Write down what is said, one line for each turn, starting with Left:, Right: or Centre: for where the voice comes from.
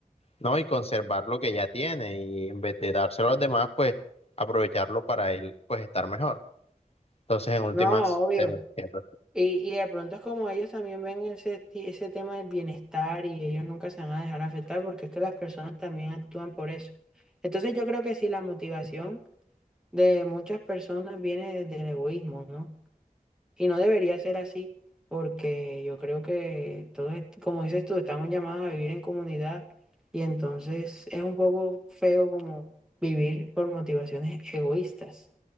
Left: ¿no? Y conservar lo que ya tiene y en vez de dárselo a los demás, pues aprovecharlo para él, pues estar mejor. Entonces, en últimas,
Centre: No, obvio.
Left: te lo entiendo.
Centre: Y, y de pronto es como ellos también ven ese, ti- ese tema del bienestar y ellos nunca se van a dejar afectar porque es que las personas también actúan por eso. Entonces yo creo que sí, la motivación de muchas personas viene desde el egoísmo, ¿no? Y no debería ser así porque yo creo que todos, est- como dices tú, estamos llamados a vivir en comunidad y entonces es un poco feo como vivir por motivaciones egoístas.